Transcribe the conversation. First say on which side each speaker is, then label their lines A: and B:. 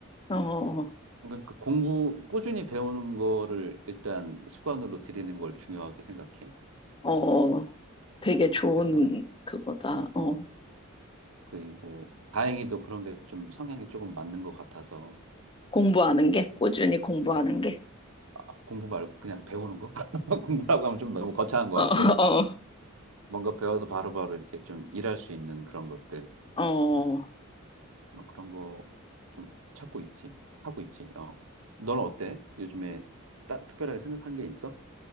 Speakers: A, on the left; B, on the right.
A: 어, 어,
B: 그러니까 그 공부, 꾸준히 배우는 거를 일단 습관으로 들이는 걸 중요하게 생각해.
A: 어, 되게 좋은
B: 그래서,
A: 그거다. 어,
B: 어, 그리고 다행히도 그런 게 좀 성향이 조금 맞는 것 같아서,
A: 공부하는 게, 꾸준히 공부하는
B: 어,
A: 게.
B: 아, 공부 말고 그냥 배우는 거? <laughs> 공부라고 하면 좀 너무 거창한 것
A: 어,
B: 같고
A: 어,
B: 뭔가 배워서 바로바로 이렇게 좀 일할 수 있는 그런 것들
A: 어, 어.
B: 뭐 그런 거 좀 찾고 있지 하고 있지 어 너는 어때? 요즘에 따, 특별하게 생각한 게 있어?